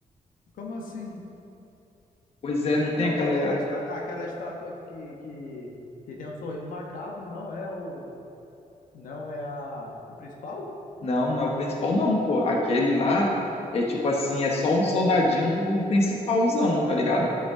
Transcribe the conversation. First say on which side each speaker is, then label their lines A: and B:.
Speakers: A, on the left (about 85°); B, on the left (about 45°).
A: Como assim?
B: Pois é, não tem
A: Não,
B: aquela
A: peraí. A esta- aquela estátua que, que, que tem um sorriso macabro não é o. Não é a, o principal?
B: Não, não é o principal, não, pô. Aquele lá é tipo assim, é só um soldadinho do principalzão, tá ligado?